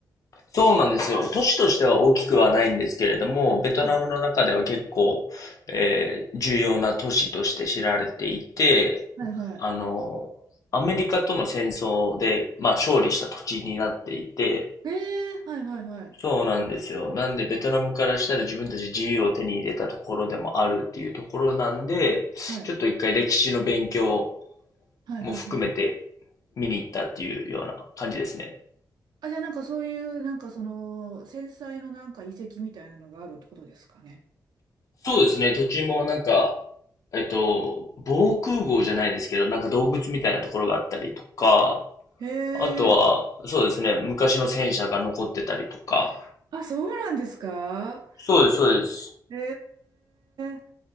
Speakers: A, on the left (about 50°); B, on the right (about 70°).
A: そうなんですよ。都市としては大きくはないんですけれども、ベトナムの中では結構、
B: うん
A: えー重要な都市として知られていて、
B: はい、は
A: あの、アメリカとの戦争で、まあ、勝利した土地になっていて、
B: い。えー、はい、はい、はい。
A: そうなんですよ。なんで、ベトナムからしたら自分たち自由を手に入れたところでもあるっていうところなんで、
B: はい、
A: ちょっと一回歴史の勉強
B: はい、
A: も含めて
B: はい。
A: 見に行ったっていうような感じですね。
B: あ、じゃあなんかそういう、なんかその、繊細のなんか遺跡みたいなのがあるってことですかね。
A: そうですね。土地もなんか、えっと、防空壕じゃないですけど、なんか洞窟みたいなところがあったりとか、
B: へ
A: あとは、
B: え、
A: そうですね。昔の戦車が残ってたりとか。
B: あ、そうなんですか
A: そうです、そうです。
B: えー、